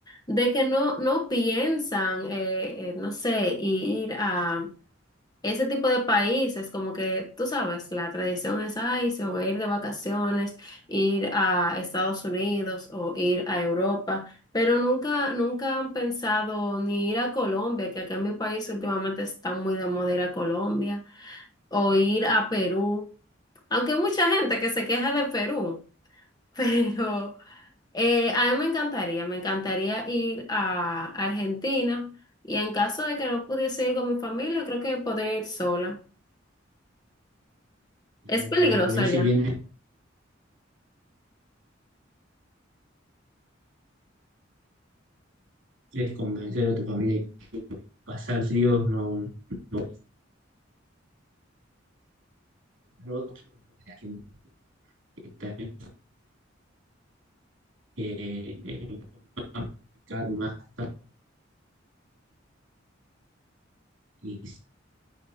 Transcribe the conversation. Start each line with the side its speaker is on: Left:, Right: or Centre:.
Left: de que no, no piensan, eh, eh, no sé, ir a Ese tipo de países, como que tú sabes, la tradición es, ay, se van a ir de vacaciones, ir a Estados Unidos o ir a Europa, pero nunca, nunca han pensado ni ir a Colombia, que acá en mi país últimamente está muy de moda ir a Colombia, o ir a Perú, aunque hay mucha gente que se queja de Perú, <laughs> pero eh, a mí me encantaría, me encantaría ir a Argentina, y en caso de que no pudiese ir con mi familia, creo que podría ir sola.
Right: Claro,
Left: Es peligroso
Right: porque por ahí
Left: allá.
Right: si vienes, quieres convencer a tu familia que pasar frío no, no no- la gente que también eh, eh, complicadas más tarde y